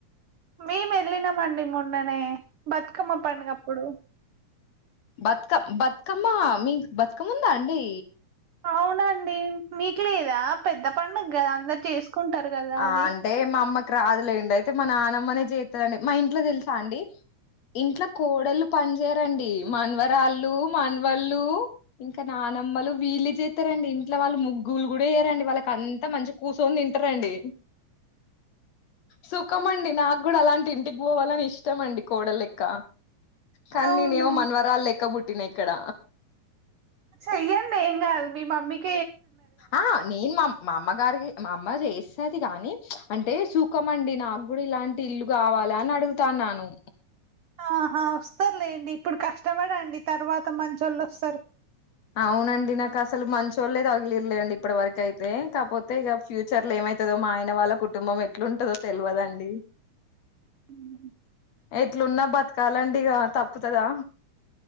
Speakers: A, on the right; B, on the left.
A: మేము వెళ్ళినామండి మొన్ననే బతుకమ్మ పండుగప్పుడు
B: బతుకమ్ బతుకమ్మ మీ బతుకమ్మ ఉందా అండి
A: అవునండి మీకు లేదా పెద్ద పండుగ కదా అందరు చేసుకుంటారు కదా
B: ఆ
A: అది
B: అంటే మా అమ్మకి రాదులేం అయితే మా నాన్న మనే చేస్తారంండి మా ఇంట్లో తెలుసా అండి ఇంట్లో కోడళ్ళలు పని చేేయరండి మన్వరాళ్ళు మనవళ్ళు ఇంకా నా నమ్మలు వీళ్ళ చేస్తారారండి ఇంట్ వాళ్ళు ముగ్గులు కూడా వెయ్యడి వాళ్ళకి అంత మంచి కూర్చొని తింటారంండి సుఖం అండి నాకు కూడా అలాంటి ఇంటికి పోవాలని ఇష్టం అండి కోడ లెక్క కానీ
A: అవునా
B: నేనే ఏమో మన్వరాలు లెక్క బుట్టి పూట్టినా ఇక్కడ
A: చెయ్యండి ఎం కదూ మీ మమ్మీక్
B: ఆ నేను మా మా అమ్మగారి మా అమ్మ చేస్తది కాని అంటే సూఖమండి నాకు కూడా ఇలాంటి ఇల్లు కావాలి అని అడుగుతా నను
A: ఆహా వస్తారులేండి ఇప్పుడు కష్టపడండి తర్వాత మంచోల్లోస్తారు
B: అవునండిి నాకస్ సలు మంచిోళ్ళలే తగిలీరులేండి ఇప్పటి వరకు అయితే కాకపోతే ఇగ ఫ్యూచర్ లో ఏమైతదో మా ఆయన వాళ్ళ కుటుంబం ఎట్లుంటందో తెలువదండి
A: మ్మ్మ్మ్
B: ఎట్లున్నా బతకాలండి ఇగ తప్పుతదా